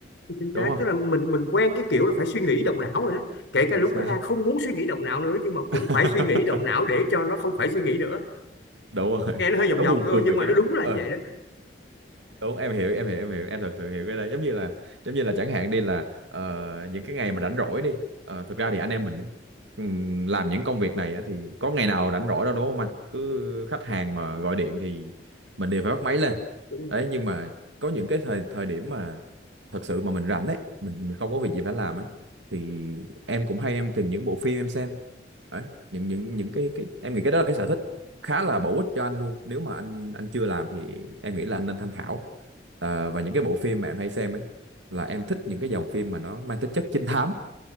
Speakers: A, on the left (about 75°); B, on the right (about 85°).
A: chính
B: đúng
A: xác
B: không
A: tức là mình mình quen cái kiểu là phải suy nghĩ động não rồi đó kể cả
B: chính
A: lúc
B: xác
A: đó đang không muốn suy nghĩ động não nữa nhưng mà cũng
B: <laughs>
A: phải suy nghĩ động não để cho nó không phải suy nghĩ nữa
B: đúng rồi
A: nghe nó hơi vòng
B: nó
A: vòng
B: buồn
A: thôi
B: cười
A: nhưng mà
B: cho
A: nó
B: đấy
A: đúng là
B: ừ
A: như vậy đó
B: đúng em hiểu em hiểu em hiểu em thật sự hiểu cái đó giống như là giống như là chẳng hạn đi là ờ, những cái ngày mà rảnh rỗi đi ờ, thực ra thì anh em mình ấy, ừm, làm những công việc này á, thì có ngày nào rảnh rỗi đâu đúng không anh cứ khách hàng mà gọi điện thì mình đều phải bắt máy lên
A: đúng rồi
B: đấy nhưng mà có những cái thời thời điểm mà thật sự mà mình rảnh ấy mình, mình không có việc gì phải làm ấy thì em cũng hay em tìm những bộ phim em xem đấy những những những cái cái em nghĩ cái đó là cái sở thích khá là bổ ích cho anh luôn nếu mà anh anh chưa làm thì em nghĩ là anh nên tham khảo Ờ, và những cái bộ phim mà em hay xem ấy là em thích những cái dòng phim mà nó mang tính chất trinh thám